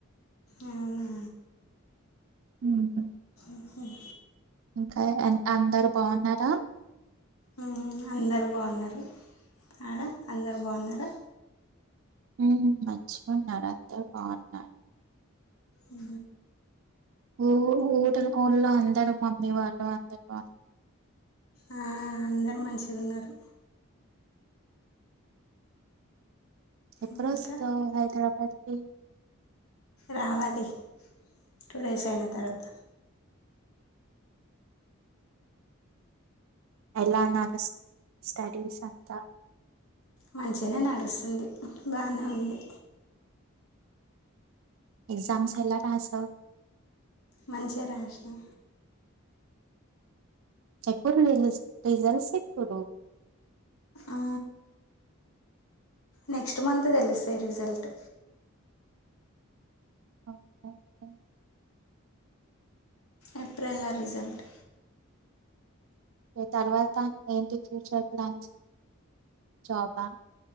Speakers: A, on the left (about 85°); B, on the right (about 65°).
A: అవునా
B: ఉహు
A: ఉ హ్మ్
B: ఇంకా అంతా అందరు బాగున్నారా
A: మ్మ్ అందరు బాగున్నారు ఆడ అందరు బాగున్నారా
B: మ్ మంచిగాన్నరు అందరు బాగున్నారు
A: అ
B: ఊ ఊటలు ఊళ్ళో అందరు మమ్మీ వాళ్ళు అందరు వాళ్ళు
A: ఆ అందరు మంచిగున్నరు
B: ఎప్పుడొస్తవ్
A: ఇంకా
B: హైదరాబాద్ కి
A: రావాలి టూ డేస్ అయిన తర్వాత
B: ఎలా నడుస్ స్టడీస్ అంతా
A: మంచిగనే నడుస్తుంది బానే ఉంది
B: ఎగ్జామ్స్ ఎలా రాసావ్
A: మంచిగ రాశిన
B: చెప్పుర్రి <unintelligible> రీజల్స్ ఎప్పుడు
A: ఆ నెక్స్ట్ మంత్ తెలుస్తయి రిజల్ట్
B: <inaudible>
A: ఏప్రిల్ల రిజల్ట్
B: తర్వాత ఏంటి ఫ్యూచర్ ప్లాన్స్ జాబ్ ఆ